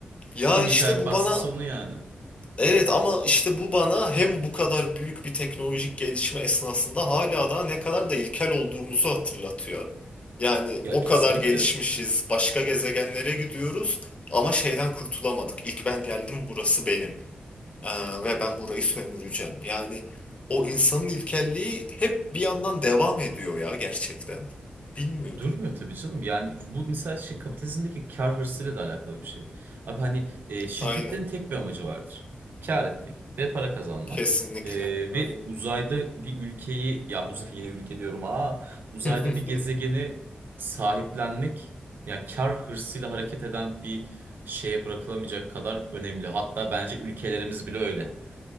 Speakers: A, on the left; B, on the right.
A: Ya
B: Kim
A: işte
B: ilk ayak
A: bu
B: bastıysa
A: bana
B: onun yani.
A: Evet ama işte bu bana hem bu kadar büyük bir teknolojik gelişme esnasında hala daha ne kadar da ilkel olduğumuzu hatırlatıyor. Yani
B: Ya
A: o
B: kesinlikle.
A: kadar gelişmişiz, başka gezegenlere gidiyoruz ama şeyden kurtulamadık. İlk ben geldim, burası benim Ee, ve ben burayı sömüreceğim. Yani o insanın ilkelliği hep bir yandan devam ediyor ya gerçekten. Bilmiyorum.
B: Durmuyor tabii canım. Yani bu mesela şey kapitalizmdeki kar hırsıyla da alakalı bir şey. Abi hani e, şirketlerin
A: Aynen,
B: tek bir amacı vardır. Kar etmek ve para kazanmak.
A: kesinlikle.
B: E,
A: Aynen.
B: ve uzayda bir ülkeyi ya uzay yine ülke diyorum aa uzayda
A: <laughs>
B: bir gezegeni sahiplenmek ya kar hırsıyla hareket eden bir şeye bırakılamayacak kadar önemli. Hatta bence ülkelerimiz bile öyle